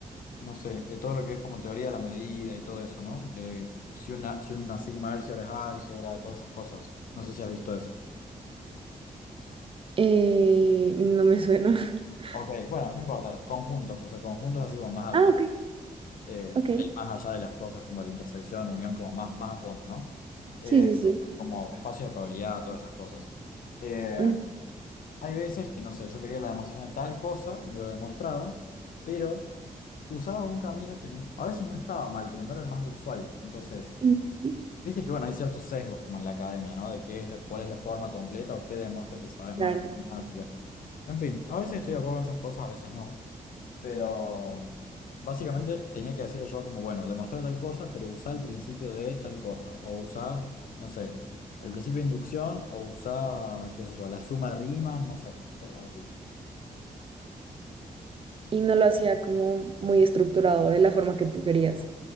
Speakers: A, on the left; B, on the right.
A: no sé, eh, todo lo que es como teoría de la medida y todo eso, ¿no? Eh, si una, si una sigma álgebra es álgebra, todas esas cosas. No sé si has visto eso.
B: eh, no me suena. <laughs>
A: Ok, bueno, no importa, conjuntos, o sea, conjuntos así como más abstractos,
B: Ah, ok,
A: eh,
B: ok.
A: por ahí más allá de las cosas como de la intersección, unión, como más, más a fondo, ¿no? Eh,
B: Sí, sí, sí.
A: como espacios de probabilidad, todas esas cosas. Eh,
B: Mm,
A: Hay veces que, no sé, yo quería la demostración de tal cosa, y me lo demostraba, pero usaba un camino que n- a veces no estaba mal, pero no era el más usual. Entonces,
B: mm, mm,
A: viste que, bueno, hay ciertos sesgos como en la academia, ¿no? De qué es, la- cuál es la forma completa o qué demuestra que sabes
B: Claro.
A: más matemática. En fin, a veces estoy de acuerdo con esas cosas, a veces no. Pero básicamente tenía que decirlo yo como, bueno, demostrar tal cosa, pero usá el principio de tal cosa. O usá, no sé, el principio de inducción o usá, qué sé yo, la suma de rimas, no sé. Cosas así.
B: Y no lo hacía como muy estructurado, de la forma que tú querías.